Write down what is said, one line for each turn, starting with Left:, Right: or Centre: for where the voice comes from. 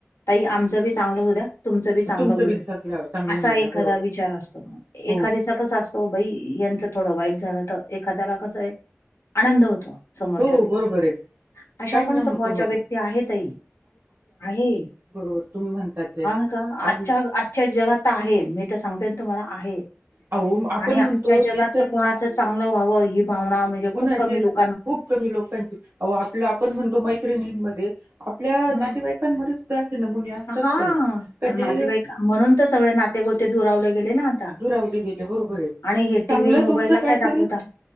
Left: ताई आमचं बी चांगलं होद्या. तुमचं बी चांगलं
Right: तुमचं
Left: हो
Right: बी
Left: द्या
Right: चांगलं चांगलं
Left: असा
Right: होऊ
Left: एखादा
Right: द्या बरोबर
Left: विचार
Right: आहे
Left: असतो एखादीचा
Right: हो
Left: कस असत तो बाई यांचं थोडं वाईट झालं तर एखाद्याला कसय आनंद होतो. समोरच्या
Right: हो
Left: व्यक्तीतनच.
Right: बरोबर आहे
Left: अशा
Right: काही
Left: पण
Right: न होतो
Left: समोरच्या
Right: बाबा
Left: व्यक्ती आहे तई. आहे.
Right: बरोबर तुम्ही म्हणतात ते आहे
Left: ह का
Right: अहो
Left: आजच्या आजच्या जगात त आहे मी तर सांगतेन तुम्हाला आहे.
Right: अहो, आपण
Left: आणि आजच्या
Right: म्हणतो
Left: जगात
Right: त्याच्या
Left: तर कोणाच चांगलं व्हावं ही भावना म्हणजे
Right: गुणाचे
Left: खूप कमी लोक
Right: खूप कमी लोकांची अव आपलं आपण म्हणतो मैत्रिणींमध्ये आपल्या
Left: हम्म
Right: नातेवाईकांमध्ये सुद्धा असे नमुने असतात
Left: हां,
Right: ताई का जे
Left: नातेवाईक म्हणून तर सगळे नाते गोते दुरावले गेले ना? आत्ता
Right: दुरावले गेले बरोबर आहे
Left: आणि हे टीव्ही
Right: चांगलं
Left: मोबाईल
Right: तुमचं
Left: ला
Right: काहीतरी
Left: काय दाखवता?